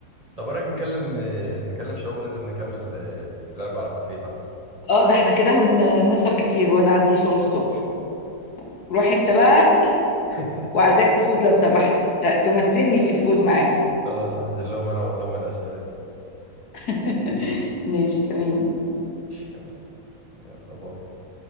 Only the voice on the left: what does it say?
اه ده احنا كده هنسهر كتير وأنا عندي شغل الصبح روح انت بقى
وعايزاك تفوز لو سمحت ت- تمثلني في الفوز معاهم
<laughs> ماشي تمام